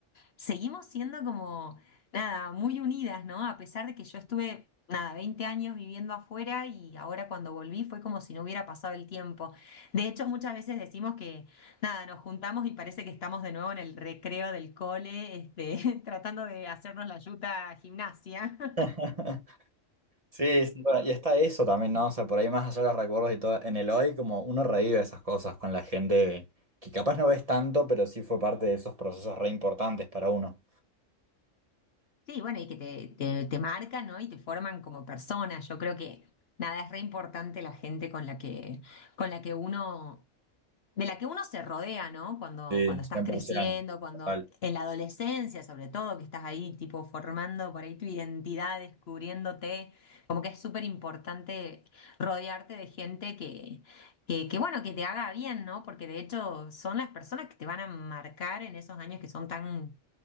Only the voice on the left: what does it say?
seguimos siendo como, nada, muy unidas, ¿no? A pesar de que yo estuve, nada, 20 años viviendo afuera y ahora cuando volví fue como si no hubiera pasado el tiempo. De hecho, muchas veces decimos que Nada, nos juntamos y parece que estamos de nuevo en el recreo del cole, este, <laughs> tratando de hacernos la yuta gimnasia.
<laughs>
Sí, bueno, y que te, te, te marcan, ¿no? Y te forman como persona. Yo creo que nada, es re importante la gente con la que, con la que uno de la que uno se rodea, ¿no? Cuando,
cuando
estás creciendo, cuando
en la adolescencia, sobre todo, que estás ahí tipo formando por ahí tu identidad, descubriéndote, como que es súper importante rodearte de gente que, que, que, bueno, que te haga bien, ¿no? Porque de hecho son las personas que te van a marcar en esos años que son tan,